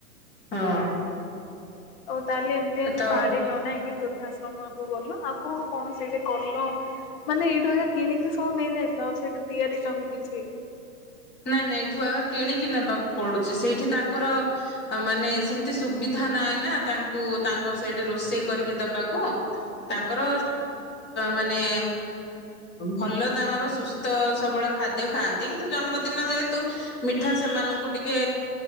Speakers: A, on the left (about 25°); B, on the left (about 40°).
A: ହଁ?
B: ହଉ ତାହେଲେ ଏମିତି ଆଜି
A: ତ
B: ପାଳିଲ ନହିଁ କିି ବୃଦ୍ଧାଶ୍ରମ ଗଲ ଆଉ କଣ? କଣ ସେଇଠି କଲ? ମାନେ ଏଇଠୁ ଆ କିଣିକିରି ସବୁ ନେଇଯାଇଥିଲା ଆଉ ସେଇଟା ତିଆରି ଲନି କିଛି।
A: ନାଇଁ ନାଇଁ ଏଇଠୁ ଆଗ କିଣିକି ନେବାକୁ ପଡୁଛି ସେଇଠି ତାଙ୍କର ମାନେ ସେମିତି ସୁବିଧା ନାହିଁ ନା ତାଙ୍କୁ ତାଙ୍କ ସେଇଠି ରୋଷେଇ କରିକି ଦେବାକୁ ତାଙ୍କର ମାନେ ଭଲ ତାମର ସୁସ୍ଥ ସବଳ ଖାଦ୍ୟ ଖାଆନ୍ତି କିନ୍ତୁ ଜନ୍ମ ଦିନ ଯେହେତୁ ମିଠା ସେମାନଙ୍କୁ ଟିକେ